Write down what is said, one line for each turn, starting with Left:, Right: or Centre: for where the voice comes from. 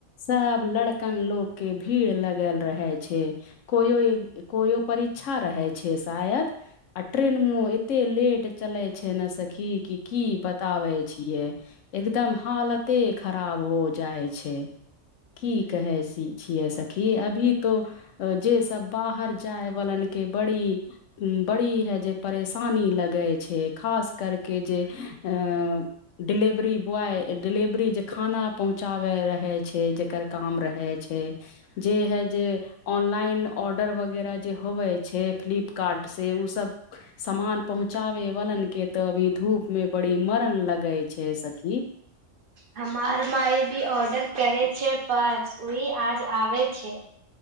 Left: सब लड़क कन लोग के भीड़ लगल रहे छैय। कोयो ई कोयो परीक्षा रहै छैय शायद आ ट्रेनमो एते लेट चलै छैय ने सखी की की बताबे छियै। एकदम हालते खराब हो जाइ छैय। की कहै सि छियै सखी अभी तो जे सब बाहर जाय वालनके बड़ी बड़ी हे जे परेशानी लगै छैय खास करकेऽ जे अ डिलेवरी बॉय डिलेवरी जे खाना पहुंचाबे रहे छैय जेकर काम रहे छैय। छैय जे ह जे ऑनलाइन ऑर्डर वगैरह जे होवे छैय फ्लिपकार्ट से ओसभ सामान पहुँचाबे वालन के तऽ अभी धूप मे बड़ी मरन लगै छैय सखी।
Right: हमार माय भी ऑर्डर करे छैय परस ओहि आज आबे छैय।